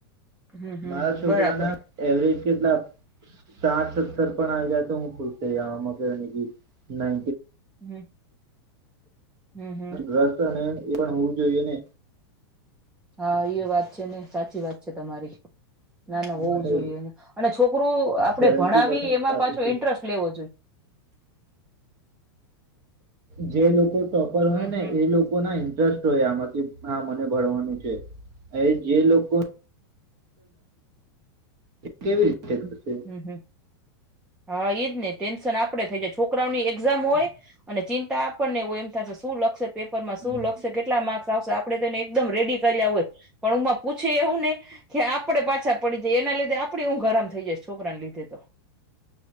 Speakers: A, in the centre; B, on the right.
A: હમ હમ
B: મારા છોકરા
A: બરાબર
B: ના એવરેજ કેટલા સાત સત્તર પણ આવી ગાય તો હું ખુશ થય જાવ તો એ ના
A: હમ. હમ હમ
B: રસ અને પણ હોવું જોઈએ ને
A: હા એ વાત છે ને સાચી વાત છે. તમારી ના ના હોવું
B: માટે
A: જોઈએ અને છોકરોુ આપડે
B: સેવન્ટી
A: ભણાવી
B: પસેન્ટ
A: એમાં
B: કાફી
A: પાછો
B: છે
A: ઇન્ટરેસ્ટ લેવો જોઈએ
B: જે લોકો ટોપર
A: હમ
B: હોય ને
A: હમ
B: એ લોકો ના ઇન્ટરેસ્ટ હોય આમાંથી હા મને ભણવાનું છે એ જે લોકો કેવી રીતે કરશે
A: હમ હમ હા ઈજ ને ટેન્શન આપડે થઇ જાય છોકરાઓની એક્ઝામ હોય અને ચિંતા આપણને હોય એમ થશે શું લક્ષશે પેપર માં
B: હા
A: શું
B: એ
A: લખશે
B: તો
A: કેટલા માર્ક્સ આવશે આપડે તેને એકદમ રેડી કર્યા હોય પણ પૂછે એવું ને કે આપડે પાછા પડી જાયે એના લીધે આપડી ઊંઘ હરામ થયે જાયે છોકરાને લીધે તો